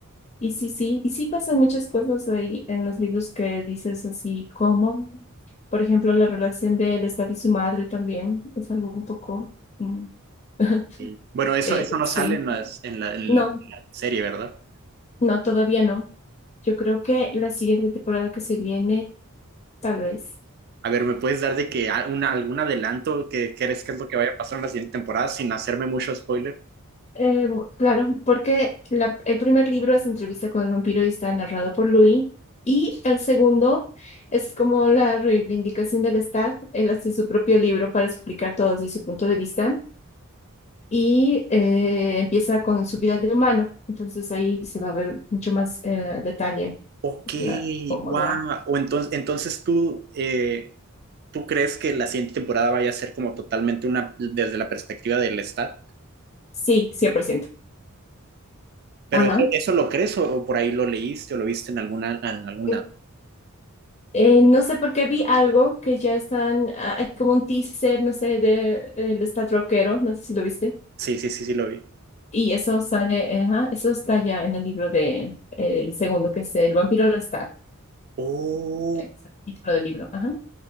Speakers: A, on the left; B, on the right.
A: Y sí, sí, y sí pasan muchas cosas ahí en los libros que dices así como, por ejemplo, la relación de él está y su madre también es algo un poco... mm, <laughs>
B: Sí. Bueno, eso,
A: eh,
B: eso no
A: sí,
B: sale en las, en la, en
A: no,
B: la serie, ¿verdad?
A: no, todavía no. Yo creo que la siguiente temporada que se viene, tal vez.
B: A ver, ¿me puedes dar de que a- una- algún adelanto que crees que es lo que vaya a pasar en la siguiente temporada sin hacerme mucho spoiler?
A: Eh, bu- claro, porque la- el primer libro es Entrevista con el vampiro y está narrado por Louis. Y el segundo es como la reivindicación del Estado. Él hace su propio libro para explicar todo desde su punto de vista y eh, empieza con su vida de humano. Entonces ahí se va a ver mucho más eh, detalle
B: Ok,
A: la- cómo
B: wow.
A: va.
B: O entonces, entonces tú, eh, ¿tú crees que la siguiente temporada vaya a ser como totalmente una desde la perspectiva del Stat?
A: Sí, 100%.
B: ¿Pero
A: Ajá.
B: eso, eso lo crees o, o por ahí lo leíste o lo viste en alguna, en algún
A: Eh,
B: lado?
A: eh, no sé por qué vi algo que ya están, ah, hay como un teaser, no sé, de, eh, el Estado rockero, no sé si lo viste.
B: Sí, sí, sí, sí, lo vi.
A: Y eso sale, eh, ajá, eso está ya en el libro de, el segundo, que es El vampiro lo está,
B: Oh.
A: es el título del libro. Ajá.